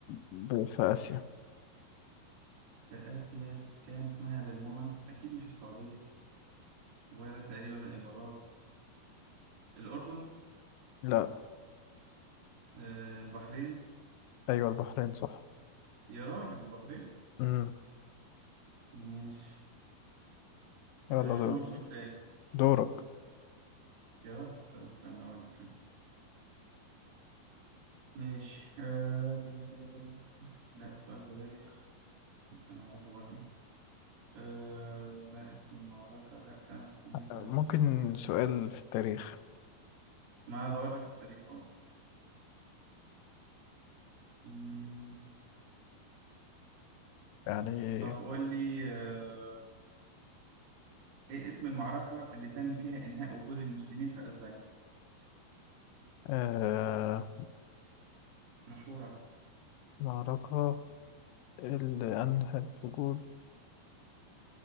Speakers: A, on the left (about 80°); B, on the right (about 65°).
A: ب- في آسيا
B: في اسيا كان اسمها دلمون اكيد مش السعوديه ولا تقريبا الامارات الاردن
A: لا
B: آه البحرين
A: أيوة البحرين صح
B: يا راجل البحرين
A: مم.
B: ماشي
A: يلا
B: آه
A: دور
B: قول سؤال تاني
A: دورك
B: يا راجل طب استنى اقول لك أنا. ماشي آه... تا- تا- تا- تا- تا- تا. لا السؤال ده بايخ مش هنعرفه برضه أه ما اسم المعركة لأ متى
A: آه، ممكن
B: مش عارف إيه لأ
A: سؤال في التاريخ
B: ما أدور لك في التاريخ أهو مم،
A: يعني
B: طب قول لي أه إيه اسم المعركة اللي تم فيها إنهاء وجود المسلمين في أسبانيا
A: آه
B: مشهور على فكرة
A: معركة اللي أنهت وجود